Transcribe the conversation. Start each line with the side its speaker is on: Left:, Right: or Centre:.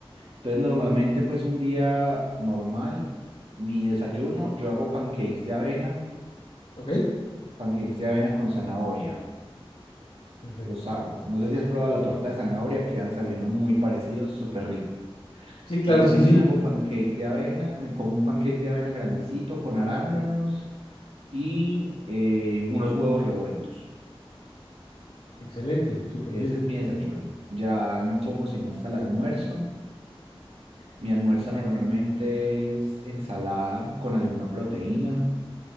Right: Entonces, normalmente, pues un día normal, mi desayuno, yo hago pancakes de avena,
Left: ¿Ok?
Right: pancakes de avena con zanahoria.
Left: Perfecto.
Right: los hago. No sé si has probado la torta de zanahoria, quedan sabiendo muy parecidos, súper rico.
Left: Sí, claro,
Right: Entonces
Left: sí, sí.
Right: me hago pancake de avena, me como un pancake de avena grandecito con arándanos y eh, unos huevos revueltos.
Left: Excelente. Súper
Right: Ese
Left: bien.
Right: es mi desayuno. Ya no como sino hasta el almuerzo. Mi almuerzo normalmente es ensalada con alguna proteína.